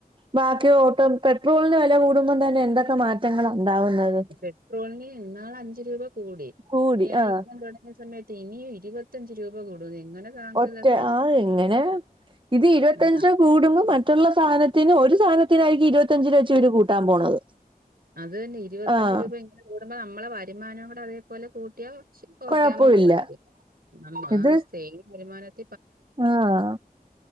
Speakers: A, on the right; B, on the right.
A: ബാക്കി ഓട്ടോ പെട്രോളിന് വില കൂടുമ്പോ തന്നെ എന്തൊക്കെ മാറ്റങ്ങളാ. ഉണ്ടാവുന്നത്
B: പെട്രോൽന് ന്ന് നാള അഞ്ച് രൂപ കൂടി
A: കൂടി
B: യാ
A: ആഹ്
B: യുദ്ധം തുടങ്ങിയ സമയ ഇനിയും ഇരുപത്തഞ്ച് രൂപ കൂടുന്ന് എങ്ങനെ താങ്ങും
A: ഒറ്റ
B: ഇതൊക്കെ
A: ആ എങ്ങനെ ഇത് ഇരുപത്തഞ്ചോ
B: ആഹ്
A: കൂടുമ്പോ മറ്റ മറ്റുള്ള സാധനത്തിന് ഒരു സാധനത്തിനായിരിക്കും ഇരുപത്തഞ്ച് രൂ വച്ച ഇവര് കൂട്ടാൻ പോണത്
B: അത് തന്നെ ഇരുപത്തഞ്ച്
A: ആഹ്
B: രൂപ ഇങ്ങനെ കൂടുമ്പോ നമ്മ നമ്മളെ വരുമാനവും കൂടെ അതേപോലെ കൂട്ടിയോ പക്ഷെ <unintelligible>
A: കൊഴപ്പമില്ല
B: പറ്റും നമ്മ
A: ഇത്
B: സ്ത്രീ വരുമാനത്
A: ആഹ്